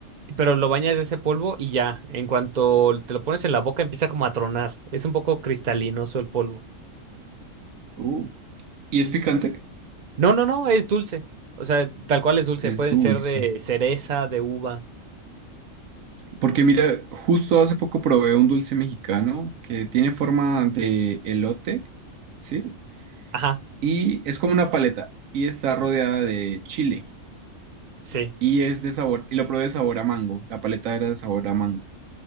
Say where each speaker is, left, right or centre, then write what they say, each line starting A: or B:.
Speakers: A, on the right; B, on the right.
A: pero lo bañas de ese polvo y ya, en cuanto te lo pones en la boca empieza como a tronar, es un poco cristalinoso el polvo.
B: Uh. ¿Y es picante?
A: No, no, no, es dulce, o sea, tal cual es dulce,
B: Es
A: pueden
B: dulce.
A: ser de cereza, de uva,
B: Porque mira, justo hace poco probé un dulce mexicano que tiene forma de elote, ¿sí?
A: ajá,
B: Y es como una paleta y está rodeada de chile
A: sí.
B: y es de sabor, y lo probé de sabor a mango, la paleta era de sabor a mango.